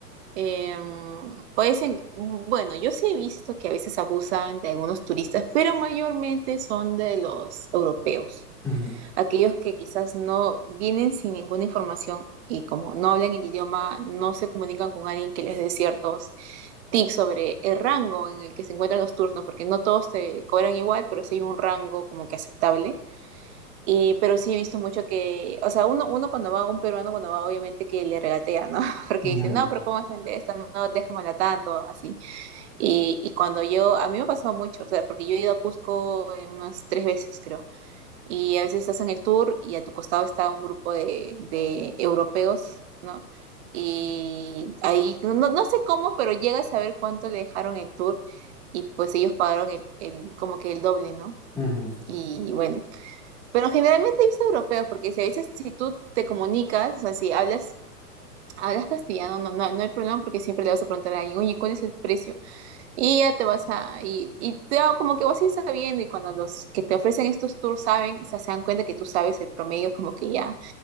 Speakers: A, on the right (about 45°); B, in the centre.
A: em, pues en- bueno, yo sí he visto que a veces abusan de algunos turistas, pero mayormente son de los europeos
B: Ujú,
A: aquellos que quizás no vienen sin ninguna información y como no hablan el idioma, no se comunican con alguien que les dé ciertos tips sobre el rango en el que se encuentran los turnos, porque no todos se cobran igual, pero sí hay un rango como que aceptable. Y, pero sí he visto mucho que, o sea, uno, uno cuando va, un peruano cuando va, obviamente que le regatea, ¿no? <laughs> Porque
B: ujú,
A: dice, no, pero ¿cómo vas a vender esta? No, no, déjamela tanto, así. Y, y cuando yo, a mí me ha pasado mucho, o sea, porque yo he ido a Cusco eh, unas tres veces, creo y a veces estás en el tour y a tu costado está un grupo de, de europeos, ¿no? Y ahí, no, no no sé cómo, pero llegas a ver cuánto le dejaron el tour y pues ellos pagaron el, el- como que el doble, ¿no?
B: ujú.
A: Y bueno, pero generalmente he visto europeos porque si a veces si tú te comunicas, o sea, si hablas, hablas castellano, no, no, no hay problema porque siempre le vas a preguntar a alguien, oye, ¿cuál es el precio? Y ya te vas a ir. Y te hago como que vas a ir sabiendo. Y cuando los que te ofrecen estos tours saben, o sea, se dan cuenta que tú sabes el promedio, como que ya